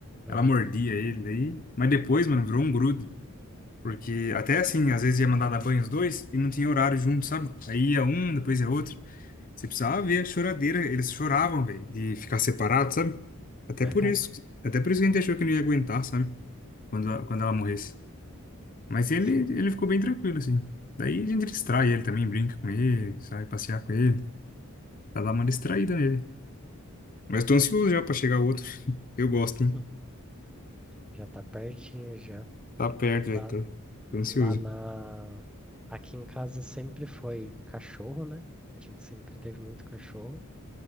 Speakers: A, in the centre; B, on the left (about 40°).
A: Aham.
B: Ela mordia ele, daí. Mas depois, mano, virou um grude. Porque até assim, às vezes ia mandar dar banho os dois e não tinha horário junto, sabe? Aí ia um, depois ia outro. Você precisava ver a choradeira. Eles choravam, velho, de ficar separado, sabe? Até
A: <laughs>
B: por isso. Até por isso que a gente achou que não ia aguentar, sabe? Quando, a- quando ela morresse. Mas ele,
A: Sim,
B: ele ficou bem tranquilo, assim. Daí a gente distrai ele também, brinca com ele, sai passear com ele, pra dar uma distraída nele. Mas tô ansioso já pra chegar o outro. <laughs> Eu gosto, hein?
A: Hum. já tá pertinho já.
B: Tá perto,
A: Lá,
B: velho. Tô, tô ansioso.
A: lá na. Aqui em casa sempre foi cachorro, né? A gente sempre teve muito cachorro.